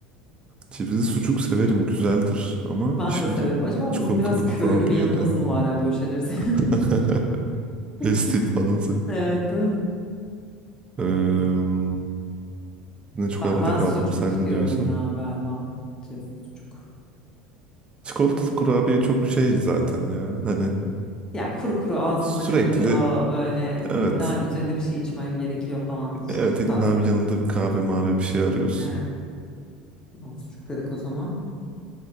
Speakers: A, on the right (about 25°); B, on the left (about 20°).
A: cevizli sucuk severim güzeldir ama
B: Ben
A: şimdi
B: de severim. Acaba
A: çikolatalı
B: bizim biraz köylü
A: kurabiye
B: bir yanımız
A: de
B: mı var ya böyle şeyleri? seviyoruz?
A: <laughs> pestil
B: <laughs>
A: falan
B: Evet. değil mi?
A: Eee, yine çok
B: Ben,
A: arada
B: ben
A: kaldım.
B: sucuk
A: Sen ne
B: diyorum
A: diyorsun?
B: ya galiba. Cez- Sucuk.
A: Çikolatalı kurabiye çok şey zaten ya. Hani
B: Ya kuru kuru ağzında
A: sürekli
B: kalıyor böyle
A: evet.
B: illa üzerine bir şey içmen gerekiyor falan. Hiç
A: Evet
B: çok
A: illa
B: fazla.
A: bir yanında bir kahve mavi bir şey arıyorsun.
B: Evet. Tamam sucuk dedik o zaman.